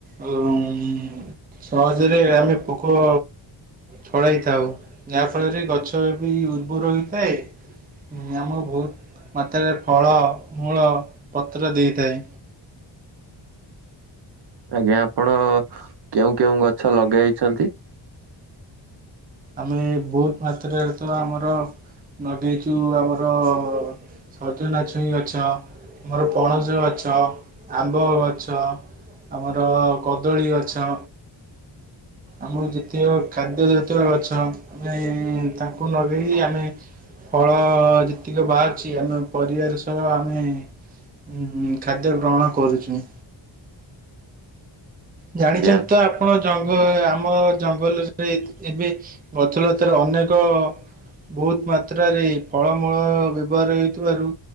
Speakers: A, on the right; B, on the right.
A: ଆ <unintelligible> ସହଜରେ ଆମେ ପୋକ ଫଳାଇଥାଉ ଯାହାଫଳରେ ଗଛ ବି ଉର୍ବର ହୋଇଥାଏ। ଆମର ବହୁତ୍ ମାତ୍ରାରେ ଫଳ, ମୂଳ, ପତ୍ର ଦେଇଥାଏ।
B: ଆଜ୍ଞା। ଆପଣ କେଉଁ କେଉଁ ଗଛ ଲଗେଇଛନ୍ତି?
A: ଆମେ ବହୁତ ମାତ୍ରାରେ ତ ଆମର ଲଗେଇଛୁ ଆମର ସଜନା ଛୁଇଁ ଗଛ। ମୋର ପଣସ ଗଛ ଆମ୍ବ ଗଛ ଆମର କଦଳୀ ଗଛ। ଆମର ଯେତିକ ଖାଦ୍ୟ ଜାତି ପତର ଗଛ। ନାଇଁ ତାକୁ ନଗେଇ ଆମେ ଫଳ ଯେତିକି ବାହାରୁଛି। ଆମ ପରିବାର ସହ ଆମେ ଉଂ ହୁଁ ଖାଦ୍ୟ ଗ୍ରହଣ କରୁଛୁ। ଜାଣିଛନ୍ତି
B: ଆଜ୍ଞା
A: ତ ଆପଣ। ଆପଣ ଜଂଗ ଆମ ଜଙ୍ଗଲରେ ସବୁ ଏତ୍ ଏବେ ଗଛଲତାର ଅନେକ ବହୁତ ମାତ୍ରାରେ ଫଳମୂଳ ବ୍ୟବହାର ହେଉ ଥିବାରୁ